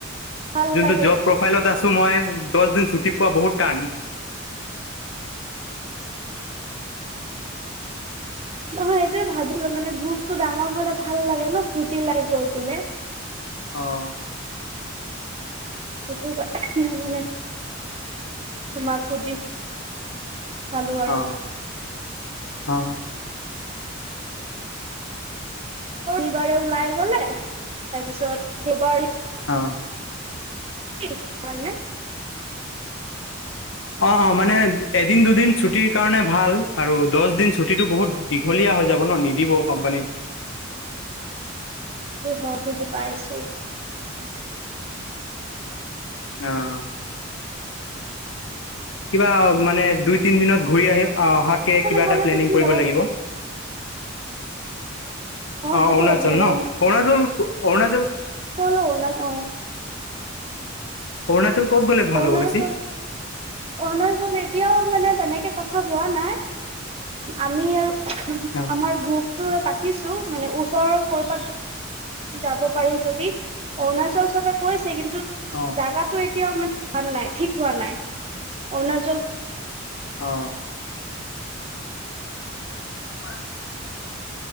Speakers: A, on the right; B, on the left.
A: ভাল
B: যোনটো
A: লাগে
B: জব প্ৰফাইলত আছোঁ মই, দহদিন ছুটী পোৱা বহুত টান।
A: নহয় এইটোয়েই ভাবিলো মানে গ্ৰুপটো ডাঙৰ হ'লে ভাল লাগে ন, ফূৰ্তি লাগে গৈ পেলাই।
B: অহ।
A: সেইটো কাৰণে মানে তোমাক সুধিছোঁ। চালো আৰু।
B: অ অ অ
A: শনিবাৰে ওলাই গ'লে, তাৰপিছত দেওবাৰে-
B: অহ।
A: <unintelligible>
B: অ', অ', মানে এদিন দুদিন ছুটিৰ কাৰণে ভাল আৰু দহ দিন ছুটিটো বহুত দীঘলীয়া হৈ যাব ন, নিদিব কোম্পানীত।
A: সেইতো হয়, বুজি পাইছো।
B: অহ। কিবা মানে দুই তিন দিনত ঘূৰি আহি, অহাকে
A: সেইফালে
B: কিবা
A: গ'লেতো
B: এটা প্লেনিং
A: তুমি
B: কৰিব
A: যাব
B: লাগিব। অ',
A: সেইটো
B: অৰুণাচল
A: মানে
B: ন, অৰুণাচল অৰুণাচল।
A: চল অৰুণাচল অ।
B: অৰুণাচল ক'ত গ'লে ভাল
A: অৰুণাচল।
B: হ'ব বেছি
A: অৰুণাচল এতিয়াও মানে তেনেকে কথা হোৱা নাই আমি আৰু-
B: অ
A: আমাৰ গ্ৰুপটো পাতিছো মানে ওচৰৰ ক'বাত। যাব পাৰি যদি অৰুণাচল চবে কৈছে কিন্তু-
B: অঁ,
A: জেগাটো এতিয়াও মানে ভাল হোৱা‌ নাই ঠিক হোৱা নাই অৰুণাচল।
B: অ, হয়।